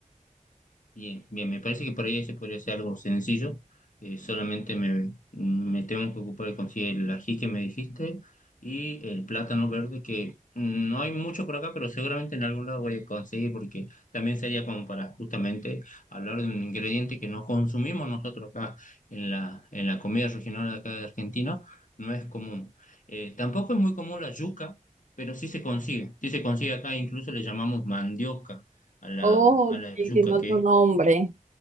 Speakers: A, on the left (about 75°); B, on the right (about 65°).
A: Bien, bien, me parece que por ahí ese podría ser algo sencillo. eh, solamente me, me tengo que ocupar de conseguir el ají que me dijiste y el plátano verde, que mm, no hay mucho por acá, pero seguramente en algún lado voy a conseguir, porque también sería como para justamente hablar de un ingrediente que no consumimos nosotros acá en la, en la comida regional de acá de Argentina, no es común. Eh, tampoco es muy común la yuca, pero sí se consigue, sí se consigue acá, incluso le llamamos mandioca a la,
B: Oh,
A: a
B: ok,
A: la yuca,
B: tiene otro
A: que es
B: nombre.